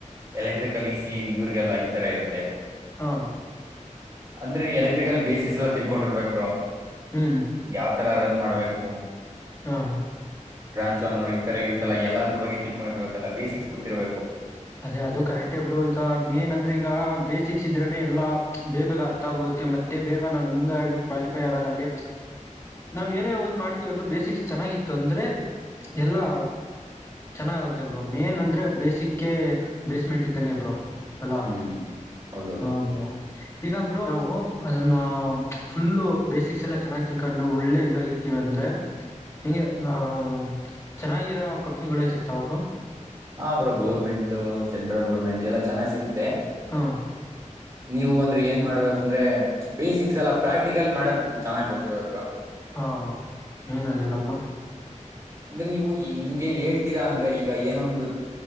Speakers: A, on the right; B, on the left.
A: ಎಲೆಕ್ಟ್ರಿಕಲ್ ಈ ಸಿ ಇವರಿಗೆಲ್ಲ ಈ ತರ ಇರುತ್ತೆ
B: ಹಾ
A: ಅಂದ್ರೆ ಎಲೆಕ್ಟ್ರಿಕಲ್ ಬೇಸಸ್ ಎಲ್ಲ ತಿಳ್ಕೊಂಡರ್ಬೇಕ ಬ್ರರು
B: ಹ್ಞ ಹ್ಞೂ
A: ಯಾವ ತರ ರನ್ ಮಾಡ್ಬೇಕು
B: ಹಾ ಹ
A: ಟ್ರಾನ್ಸ್ಫಾರ್ಮರ್ ಈ ತರ ಇರುತ್ತಲ್ಲ ಎಲ್ಲದ್ರ ಬಗ್ಗೆ ತಿಳ್ಕೊಂಡಿರ್ಬೇಕಲ್ಲ ಬೇಸಿಕ್ಸ್ ಗೊಿರ್ಬೇಕು
B: ಅದೇ ಅದು ಕರೆಕ್ಟ್ೇಬ್ರು ಈಗ ಮೇನ್ ಅಂದ್ರೆ ಈಗ ಬೇಸಿಕ್ಸ್ ಇದ್ರನನೆ ಎಲ್ಲಾ ಬೇ ಬೇಗ ಅರ್ಥ ಆಗ್ಬಿಡುತ್ತೆ ಮತ್ತೆ ಮ ಬೇಕಾ ನಮ್ ಹಂಗ ಕ್ವಾಲಿಫೈ ಆಗೋದಾಗ್ಲಿ ನಾವ್ ಏನೇ ಒಂದ್ ಮಾಡ್ತೀವ ಅಂದ್ರರು ಬೇಸಿಕ್ಸ್ ಚೆನ್ನಾಗಿತ್ತು ಅಂದ್ರೆ ಎಲ್ಲಾ ಚೆನ್ನಾಗೆ ಬ್ರ ಮೇನ್ಂದೆ ಬೇಸಿಕ್ ಕೆ ಬೇಸ್ಮೆಂಟ್ ಇದ್ದಂಗೆ ಬ್ರೋ ಹಲೋ
A: ಹ್ಮ್ ಹೌದೌದು
B: ಹ ಬ್ರೋ. ಇಗ ಬ್ರೊ ನಾವು ಅದನ್ನ ಫುಲ್ಲು ಬೇಸಿಕ್ಸ್ ಎಲ್ಲಾ ಚೆನ್ನಾಗ್ ತಿಳ್ಕೊಂಡು ಒಳ್ಳೆ ಇದ್ರಾಗ್ ಇರ್ತೀವ್ ಅಂದ್ರೆ. ಹಿಂಗೆ ಅಹ ಚೆನ್ನಾಗಿರೋ ಕಂಪ್ನಿಗುಳೇ ಸಿಕ್ತಾವ ಬ್ರೊ.
A: ಹ ಬ್ರೋ ಗೌರ್ಮೆಂಟ್ ಸೆಂಟ್ರಲ್ ಗೋರ್ಮೆಂಟ್ ಎಲ್ಲ ಚೆನ್ನಾಗ್ ಸಿಗುತ್ತೆ.
B: ಹಾ
A: ನೀವು ಅಂದ್ರೆ ಏನ್ ಮಾಡ್ಬೇಕು ಅಂದ್ರೆ. ಬೇಸಿಕ್ಸ್ ಎಲ್ಲ ಪ್ರಾಕ್ಟಿಕಲ್ ಮಾಡೋದ್ ಚನ್ನಾಗ್ ಗೊತ್ತಿರ್ಬೇಕ್ ಬ್ರೊ.
B: ಹಾ ಏನ್ ಅದೆಲ್ಲ ಬ್ರೋ.
A: ಅಂದ್ರೆ ನೀವು ಈ ನಿಮ್ಗೆ ಹೇಳ್ತೀರಾ ಅಂದ್ರೆ ಈಗ ಏನೊಂದ್